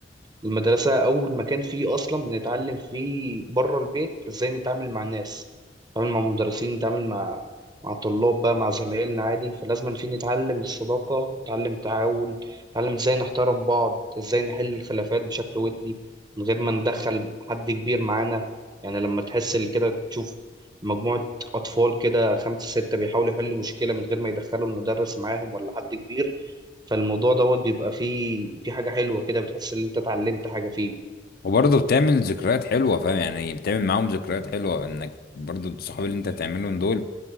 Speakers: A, on the right (about 25°); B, on the left (about 55°).
A: المدرسه اول مكان فيه اصلا بنتعلم فيه بره البيت ازاي نتعامل مع الناس نتعامل مع المدرسين نتعامل مع مع الطلاب بقى مع زمايلنا عادي فلازم أن فيه نتعلم الصداقه نتعلم التعاون نتعلم ازاي نحترم بعض ازاي نحل الخلافات بشكل ودي من غير ما ندخل حد كبير معانا يعني لما تحس اللي كده تشوف مجموعة أطفال كده خمسة ستة بيحاولوا يحلوا مشكلة من غير ما يدخلوا المدرس معاهم ولا حد كبير فالموضوع دوت بيبقى فيه في حاجة حلوة كده بتحس إن أنت اتعلمت حاجة فيه
B: وبرضه بتعمل ذكريات حلوة فاهم يعني بتعمل معاهم ذكريات حلوة انك برضه الصحاب اللي انت تعملهم دول